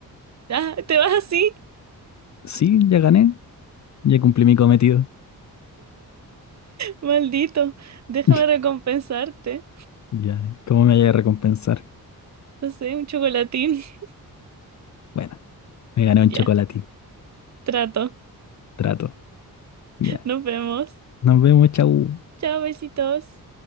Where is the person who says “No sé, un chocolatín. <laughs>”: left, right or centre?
Right